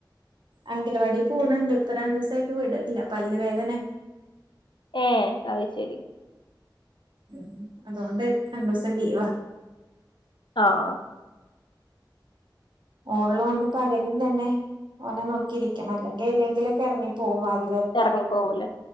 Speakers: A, on the right (about 75°); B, on the left (about 80°).
A: അങ്കലവാടി പോണുണ്ട് ഇപ്പൊ രണ്ടു ദിവസായിട്ട് വിടണില്ല പല്ല് വേദനയാ.
B: ഏ അത് ശെരി.
A: ഉം അതുകൊണ്ട് രണ്ടീവസം ലീവാ.
B: ആഹ്.
A: ഓള്ളൊണ്ടിപ്പോ പകലും തന്നെ ഓനെ നോക്കിയിരിക്കണം അല്ലെങ്കിൽ എതിലേങ്കിലുലൊക്കെ ഇറങ്ങി പോവും അത്
B: ഇറങ്ങിപ്പോകൂലേ